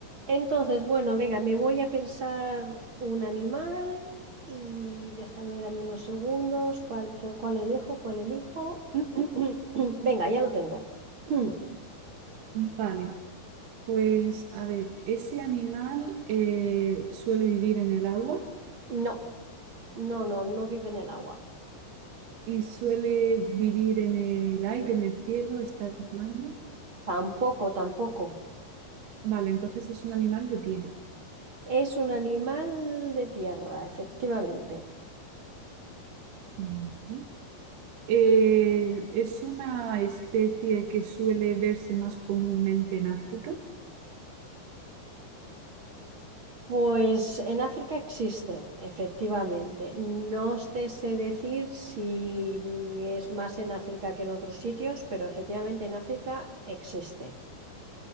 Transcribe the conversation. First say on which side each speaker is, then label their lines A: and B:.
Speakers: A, on the right; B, on the right.
A: Entonces, bueno, venga, me voy a pensar un animal y déjame, dame unos segundos. ¿Cuál, qué- cuál elijo? ¿Cuál elijo? <clears throat> Venga, ya lo tengo. <clears throat>
B: Vale, pues a ver, ese animal eh, suele vivir en el agua
A: No, no, no, no vive en el agua.
B: y suele vivir en el aire, en el cielo, está en el plano.
A: Tampoco, tampoco.
B: Vale, entonces es un animal de tierra.
A: Es un animal de tierra, efectivamente.
B: Ujú. Eh, es una especie que suele verse más comúnmente en África.
A: Pues en África existen, efectivamente. No te sé decir si es más en África que en otros sitios, pero efectivamente en África existe.